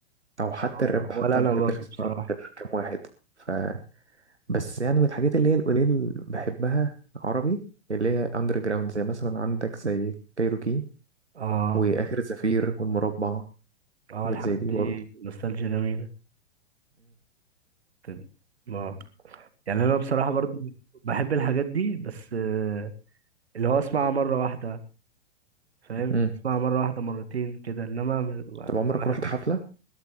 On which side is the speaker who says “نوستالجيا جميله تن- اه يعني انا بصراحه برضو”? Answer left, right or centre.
Right